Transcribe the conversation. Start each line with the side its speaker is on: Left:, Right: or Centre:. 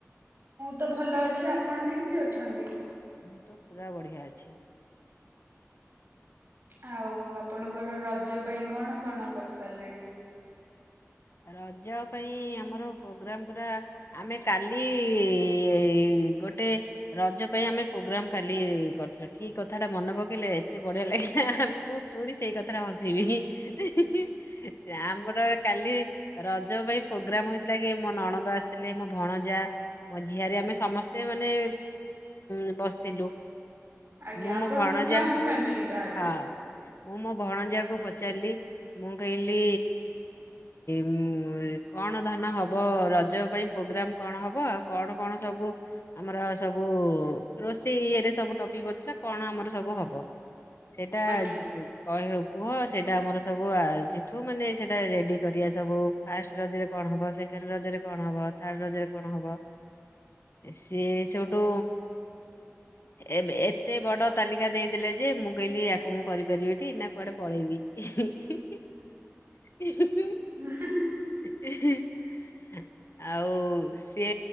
Right: ତୋ ଭଲ ଅଛି ଆପଣ କେମିତି ଅଛନ୍ତି?
Left: ମୁଁ ତ ପୁରା ବଢ଼ିଆ ଆଛି।
Right: ଆଉ ଆପଣଙ୍କର ରଜ ପାଇଁ କଣ କଣ କରିସାରିଲେଣି?
Left: ରଜ ପାଇଁ ଆମର ପ୍ରୋଗ୍ରାମ ପୁରା ଆମେ କାଲି କାଲି ଗୋଟେ ରଜ ପାଇଁ ଆମେ ପ୍ରୋଗ୍ରାମ କାଲି କରିଥିଲୁ ଠିକ କଥା ଟା ମନେ ପକେଇଲେ ଏତେ ବଢିଆ ଲାଗିଲା ମୁଁ ପୁଣି ସେଇ କଥାଟା ହସିବି ହିଁ ହିଁ ହିଁ ହିଁ <unintelligible> ଜାଆ ଆମର କାଲି ରଜ ପାଇଁ ପ୍ରୋଗ୍ରାମ ହେଇଥିଲା କି ମୋ ନଣଦ ଆସିଥିଲେ ମୋ ଭଣଜା ମୋ ଝିଆରି ଆମେ ସମସ୍ତେ ମାନେ ଉ ବସିଥିଲୁ।
Right: ଆଜ୍ଞା
Left: ମୁଁ
Right: ଆପଣଙ୍କର
Left: ମୋ ଭଣଜାଙ୍କୁ
Right: ଜଏଣ୍ଟ ଫ୍ୟାମିଲି ତାହେଲେ।
Left: ହଁ ମୁଁ ମୋ ଭଣଜିଆକୁ ପଚାରିଲି ମୁଁ କହିଲି ହୁଁ ଓଇ କଣ ତାହା ନାହେବ ରଜ ପାଇଁ ପ୍ରୋଗ୍ରାମ କଣ ହବ ଆଉ କଣ କଣ ସବୁ ଆମର ସବୁ ରୋଷେଇ ଇଏରେ ସବୁ ଟପିକ୍ ପଡ଼ିଥିଲା କଣ ଆମର ସବୁ ହବ? ସେଟା
Right: ଆଜ୍ଞା।
Left: କଇ ହଉ କୁହ ସେଇଟା ଆମର ସବୁ ଆଜିଠୁ ମାନେ ସେଇଟା ରେଡି କରି ଆସେ ସବୁ ଫାଷ୍ଟ ରଜରେ କଣ ହବ ସେକେଣ୍ଡ ରଜରେ କଣ ହବ ଥାର୍ଡ ରଜ ରେ କଣ ହବ ସିଏ ସୋଠୁ ଏବେ ଏତେ ବଡ ତାଲିକା ଦେଇଦଲେ ଯେ ମୁଁ କହିଲି ୟାକୁ ମୁଁ କରିପାରିବିନି ନା କୁଆଡ଼େ ପଳେଇବି ଇହିଁ <unintelligible>
Right: <unintelligible>
Left: <unintelligible> ଆଉ ସେ